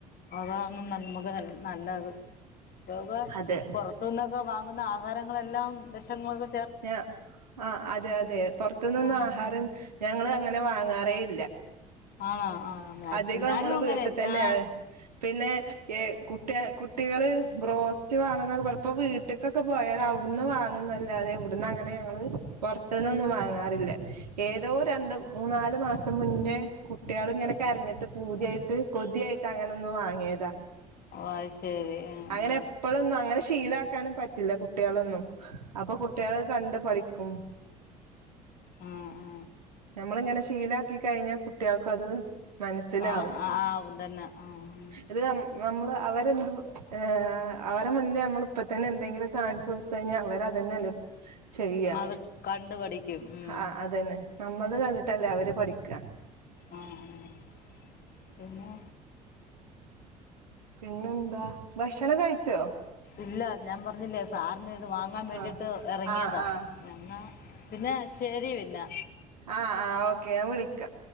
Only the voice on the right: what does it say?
അതെ
ഞാ ആ അതെ അതെ പൊറത്ത്ന്നൊന്നും
ആഹാരം ഞങ്ങള് അങ്ങനെ വാങ്ങാ റേല്ല
അധികം
മ്മള്
വീട്ട്തെന്നെ
പിന്നെ എ കുട്ടി കുട്ടികള് ബ്രോസ്റ്റ് വാണന്നൊക്കെ പറപ്പോ വീട്ടിക്കൊക്കെ പോയാല് അവ് ന്ന് വാങ്ങുന്നല്ലാതെ ട്ന്നങ്ങനെ ഞങ്ങള് പൊറത്ത്ന്നൊന്നും വാങ്ങാറില്ല ഏതോ രണ്ട്മൂന്നാല് മാസം മുന്നെ ഏ കുട്ട്യാള്ങ്ങനെ കരഞ്ട്ട് പൂതിയായിട്ട് കൊതിയായിട്ട് അങ്ങനൊന്ന് വാങ്യേത
അങ്ങനെ എപ്പളൊന്നും അങ്ങനെഷ് ശീലാക്കാനും പറ്റില്ല കുട്ട്യാളൊന്നും അപ്പൊ കു ട്ട്യാള് കണ്ട് പഠിക്കും
ഞമ്മള്ങ്ങനെ ശീലാക്കി കയ്ഞ്ഞാ കുട്ട്യാക്കത് മനസ്സിലാവും
ഇത് നമ്മള് അവരെന്ത് ആ അവരെ മുന്നേ നമ്മളിപ്പത്തെന്നെ എന്തെങ്കിലും കാണിച്ചൊടുത്ത് കയ്ഞ്ഞാ അവര തെന്നെല്ലേ ചെയ്യാ
ആ അതെന്നെ നമ്മളത് കണ്ടിട്ടല്ലേ അവര് പഠിക്കാ
പിന്നെന്താ ഭക്ഷണം കഴിച്ചോ
ആഹ്
ആഹ് ആഹ്
ആ ആ ഓക്കെ ഞാൻ വിളിക്കാ